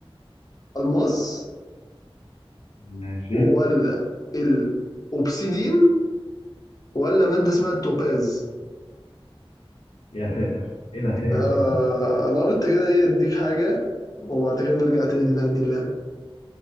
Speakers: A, on the left; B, on the left.
A: الالماس
B: ماشي
A: ولا الاوبسيدين ولا ماده اسمها التوباز
B: يا ساتر إيه الأسئلة
A: آه انا قلت كده ايه اديك حاجه وبعد كده نرجع تاني نهدي اللعبه